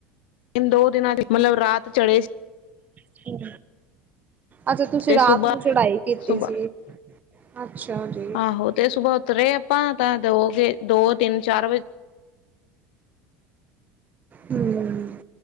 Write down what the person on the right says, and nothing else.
ਹੂੰ ਅੱਛਾ ਤੁਸੀਂ
ਰਾਤ
ਨੂੰ ਚੜਾਈ ਕੀਤੀ
ਸੀ ਅੱਛਾ ਜੀ
ਹੂੰ,